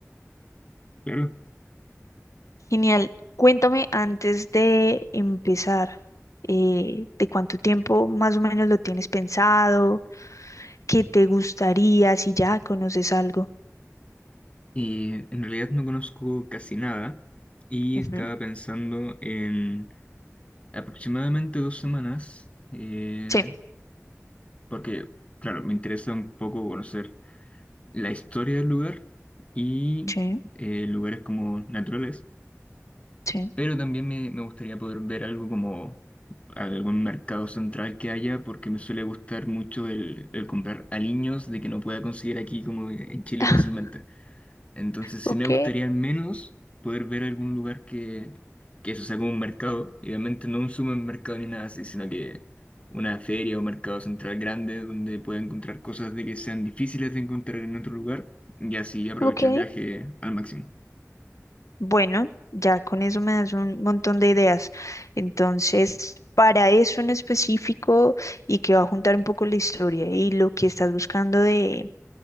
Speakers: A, on the left (about 25°); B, on the left (about 80°).
A: Claro.
B: Genial. Cuéntame antes de empezar, eh, ¿de cuánto tiempo más o menos lo tienes pensado? que te gustaría si ya conoces algo?
A: Y en realidad no conozco casi nada y
B: Ujú.
A: estaba pensando en aproximadamente dos semanas, eh,
B: Sí.
A: porque, claro, me interesa un poco conocer la historia del lugar y
B: Sí,
A: eh, lugares como naturales,
B: sí.
A: pero también me, me gustaría poder ver algo como algún mercado central que haya, porque me suele gustar mucho el, el comprar aliños de que no pueda conseguir aquí como en Chile
B: <laughs>
A: fácilmente. Entonces
B: Ok,
A: sí me gustaría al menos poder ver algún lugar que, que eso sea como un mercado, idealmente no un supermercado ni nada así, sino que una feria o mercado central grande donde pueda encontrar cosas de que sean difíciles de encontrar en otro lugar y así aprovecho
B: ok.
A: el viaje al máximo.
B: Bueno, ya con eso me das un montón de ideas. Entonces, para eso en específico y que va a juntar un poco la historia y lo que estás buscando de,